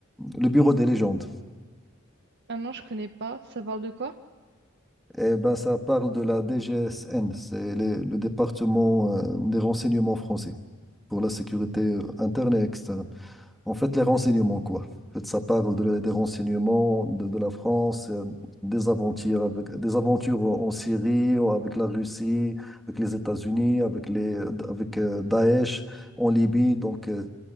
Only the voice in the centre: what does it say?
Le Bureau des légendes.
Et ben, ça parle de la DGSN, c'est les- le département euh, des renseignements français pour la sécurité euh, interne et externe. En fait, les renseignements, quoi. En fait, ça parle de- des renseignements de, de la France, euh, des aventures, avec, des aventures en Syrie, ou avec la Russie, avec les États-Unis, avec, les, avec euh, Daesh en Libye. Donc, euh,